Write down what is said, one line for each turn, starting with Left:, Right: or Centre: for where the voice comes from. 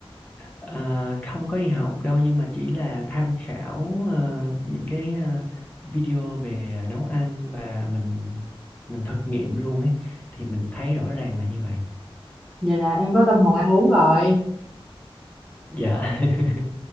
Left: À, không có đi học đâu nhưng mà chỉ là tham khảo ờ, những cái ờ, video về ờ, nấu ăn và mình mình thực nghiệm luôn ấy thì mình thấy rõ ràng là như vậy.
Centre: vậy là em có tâm hồn ăn uống rồi
Left: Dạ. <laughs>